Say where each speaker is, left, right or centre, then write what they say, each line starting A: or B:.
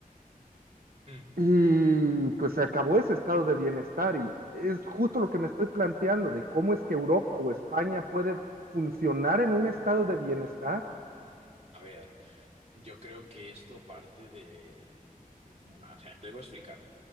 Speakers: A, on the right; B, on the right.
A: mm,
B: Y pues se acabó ese estado de bienestar y es justo lo que me estoy planteando de cómo es que Europa o España puede funcionar en un estado de bienestar.
A: a ver. Yo creo que esto parte de... mm, O sea, te lo voy a explicar.